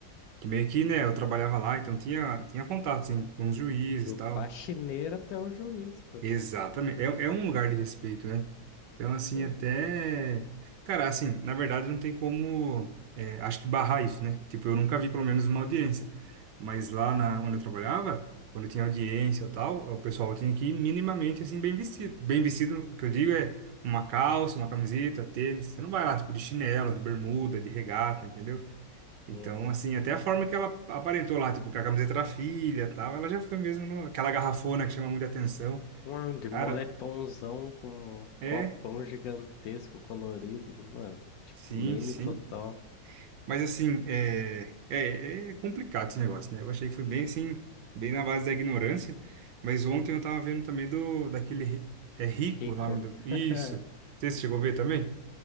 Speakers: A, on the right; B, on the left.
A: Que meio que, né, eu trabalhava lá, então tinha, tinha contato, assim, com os juízes
B: Do
A: e tal.
B: faxineiro até o juiz, pô.
A: Exatamente. É, é um lugar de respeito, né? Então, assim,
B: Sim.
A: até... Cara, assim, na verdade não tem como... é, acho que barrar isso, né? Tipo, eu nunca vi, pelo menos, uma audiência. Mas lá na, onde eu trabalhava, quando tinha audiência e tal, o pessoal tinha que ir minimamente, assim, bem vestido. Bem vestido, o que eu digo é uma calça, uma camiseta, tênis. Você não vai lá, tipo, de chinelo, de bermuda, de regata, entendeu? Então,
B: Uhum.
A: assim, até a forma que ela aparentou lá, tipo, com a camiseta da filha e tal, ela já foi mesmo no... aquela garrafona que chama muita atenção.
B: Mano, de
A: Cara,
B: moletomzão com um
A: é,
B: copão gigantesco colorido, mano. Tipo,
A: sim,
B: meme
A: sim.
B: total.
A: Mas, assim, é... É, é complicado esse negócio, né? Eu achei que foi bem, assim, bem na base da ignorância. Mas ontem eu tava vendo também do... daquele... ri- É Rico
B: Rico.
A: o nome do... Isso.
B: <laughs>
A: Você chegou a ver também?